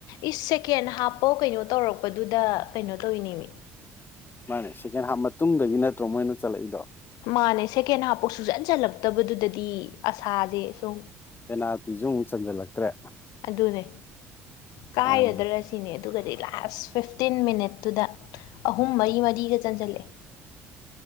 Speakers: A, on the left (about 65°); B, on the left (about 30°).
A: ꯏꯁ ꯁꯦꯀꯦꯟ ꯍꯥꯞꯄꯣ ꯀꯩꯅꯣ ꯇꯧꯔꯛꯄꯗꯨꯗ ꯀꯩꯅꯣ ꯇꯧꯔꯤꯅꯦꯃꯤ
B: ꯃꯥꯅꯦ ꯁꯦꯀꯦꯟ ꯍꯥꯞ ꯃꯇꯨꯡꯗꯒꯤ ꯅꯠꯇ꯭ꯔꯣ ꯃꯣꯏꯅ ꯆꯟꯂꯛꯏꯗꯣ
A: ꯃꯥꯅꯦ ꯁꯦꯀꯦꯟ ꯍꯥꯞꯐꯥꯎ ꯁꯨꯛꯆꯟ ꯆꯜꯂꯛꯇꯕꯗꯨꯗꯗꯤ ꯑꯁꯥꯁꯦ ꯁꯨꯝ
B: ꯄꯦꯅꯥꯜꯇꯤꯖꯨ ꯑꯃꯨꯛ ꯆꯟꯖꯜꯂꯛꯇ꯭ꯔꯦ
A: ꯑꯗꯨꯅꯦ ꯀꯥꯏꯔꯗ꯭ꯔ
B: ꯃꯥꯅꯤ
A: ꯁꯤꯅꯦ ꯑꯗꯨꯒꯗꯤ ꯂꯥꯁ ꯐꯤꯐꯇꯤꯟ ꯃꯤꯅꯠꯇꯨꯗ ꯑꯍꯨꯝ ꯃꯔꯤ ꯃꯔꯤꯒ ꯆꯟꯁꯤꯜꯂꯦ